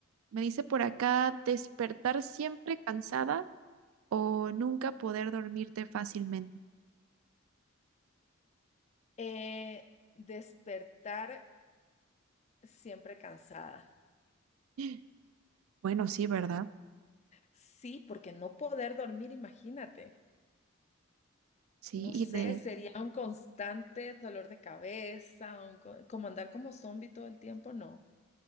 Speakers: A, on the right; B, on the left.
A: Me dice por acá despertar siempre cansada o nunca poder dormirte fácilmente.
B: Eh, despertar siempre cansada.
A: <gasps> Bueno, sí, ¿verdad?
B: Sí, porque no poder dormir, imagínate.
A: Sí,
B: No
A: y
B: sé,
A: de,
B: sería un constante dolor de cabeza, un co- como andar como zombie todo el tiempo, no.